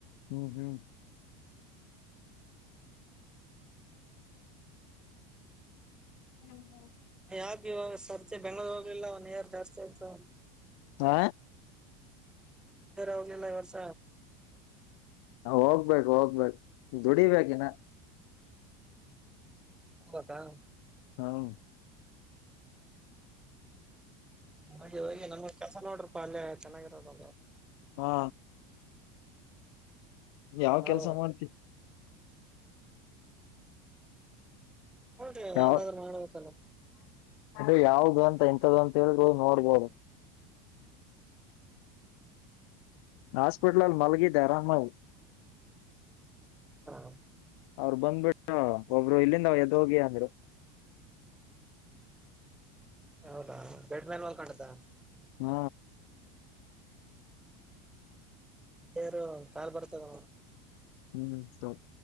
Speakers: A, on the left; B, in the centre.
A: ಹ್ಮ್ ಹ್ಮ್ ಹ್ಮ್
B: ಯಾಗ ಇವಾಗ ಸರ್ತಿ ಬೆಂಗ್ಳೂರ್ ಹೋಗ್ಲಿಲ್ಲ ಒನ್ ಇಯರ್ ಜಾಸ್ತಿ ಆಯ್ತು
A: ಆ
B: ರ ಅವಲಲ್ಲ ವರ್ಷ
A: ಹೋಗ್ಬೇಕು ಹೋಗ್ಬೇಕು ದುಡಿಬೇಕಿನ
B: ಹತಾ <inaudible>
A: ಹೌ <inaudible>
B: ಹಾಗೆ ಹೋಗಿ ನಮಗೂ ಕೆಲಸ ನೋಡ್ರಿಪಾ ಅಲ್ಲೇ ಚೆನ್ನಾಗಿರೋದ
A: ಹಾ ಯಾವ
B: ಹೌ
A: ಕೆಲ್ಸ ಮಾಡ್ತಿ
B: ನೋಡ್ರಿ
A: ಯಾವ
B: ಯಾವ್ದಾದ್ರು ಮಾಡ್ಬೇಕಲ್ಲ
A: ಅದು ಯಾವ ಇದು ಅಂತ ಇಂಂತ್ದ ಅಂತ ಹೇಳ್ಬದು ನೋಡ್ಬೋದು ಹಾಸ್ಪಿಟಲಲ್ ಮಲಗಿ ಧರಾಮವು
B: ಹಾ
A: ಅವರು ಬಂದ್ಬಿಟ್ಟ ಒಬ್ರು ಇಲ್ಲಿಂದ ಎ್ದೋಗಿ ಅಂದರು
B: ಹೌದಾ ಬೆಡ್ ಮ್ಯಾನ್ ಮಲ್ಕೊಂಡದ
A: ಹ್ಮ
B: ಯಾರ ಕಾಲ್ ಬರ್ತದ
A: ಹ್ಮ್ ಸ್ಟಾಪ್